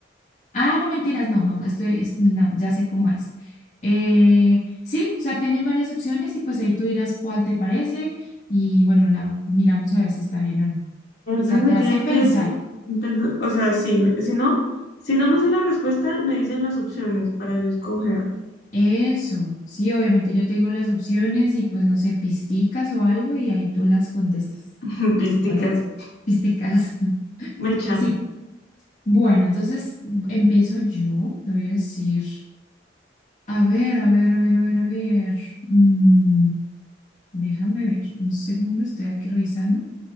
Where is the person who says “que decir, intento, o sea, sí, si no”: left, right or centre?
Left